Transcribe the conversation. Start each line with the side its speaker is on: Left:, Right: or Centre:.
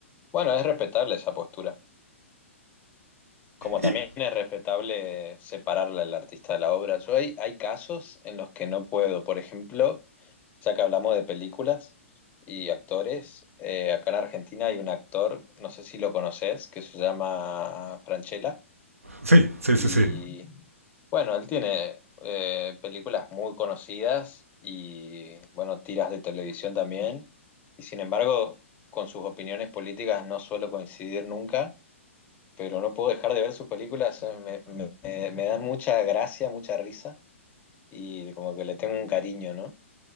Left: Bueno, es respetable esa postura. Como también
Right: Y,
Left: es respetable separarla el artista de la obra. Yo hay, hay casos en los que no puedo. Por ejemplo, ya que hablamos de películas y actores, eh, acá en Argentina hay un actor, no sé si lo conoces, que se llama Franchella.
Right: sí, sí,
Left: Y
Right: sí, sí.
Left: bueno, él tiene eh, películas muy conocidas y bueno, tiras de televisión también. Y sin embargo, con sus opiniones políticas no suelo coincidir nunca pero no puedo dejar de ver sus películas, son- me, me- me me dan mucha gracia, mucha risa y como que le tengo un cariño, ¿no?